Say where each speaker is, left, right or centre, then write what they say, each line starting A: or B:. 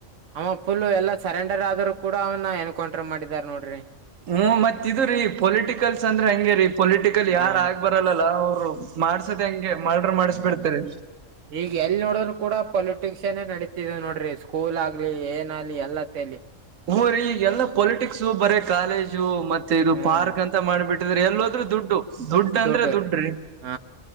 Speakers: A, on the right; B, on the right.
A: ಅವ ಫುಲ್ ಎಲ್ಲಾ ಸರೆಂಡ ರ್ ಆದರರು ಕೂಡ ಅವನ್ನ ಎನ್ಕೌಂಟರ್ ಮಾಡಿದಿದ್ದಾರೆ ನೋಡ್ರಿ
B: ಹ್ಮ್ ಮತ್ದರೀ ಪೊಲಿಟಿಕಲ್ಸ್ ಅಂದ್ರೆ ಹಂಗಗೆ ರೀ ಪೊಲಿಟಿಕಲ್
A: ಹಾ
B: ಯಾರ ಆಗ್ ಬರಲ್ಲಲ್ಲ ಅವ್ರು ಮಾಡ್ಸದೆ ಹಂಗೆ ಮರ್ಡರ್ ಮಾಡಿಸ್ಬಿಡ್ತಾರೆ
A: ಹ್ಮ ಈಗ ಎಲ್ ನೋಡಿದ್ರು ಕೂಡ ಪೊಲಿಟಿಕ್ಸ್ ಶಕ್ಷನೆ ನಡೀತಿದೆ ನೋಡ್ರಿ ಸ್ಕೂಲ್ ಆಗ್ಲಿ ಏನ್ ಆಗ್ಲಿ ಎಲ್ಲತ್ತೇಲಿ
B: ಹ್ ರೀ ಈಗ ಎಲ್ಲ ಪೊಲಿಟಿಕ್ಸ್ ಬರ ಕಾಲೇಜು ಮತ್ತೆ ಇದು
A: ಹ್ಮ್
B: ಪಾರ್ಕ್ ಅಂತ ಮಾಡ್ಬಿಟ್ಟ ಎಲ್ಲೋದ್ರೂ ದುಡ್ಡು ದುಡ್ಡು
A: ದೊಡ್ಡೂ
B: ಅಂದ್ರೆ ದುಡ್ಡು
A: ರೀ ಹ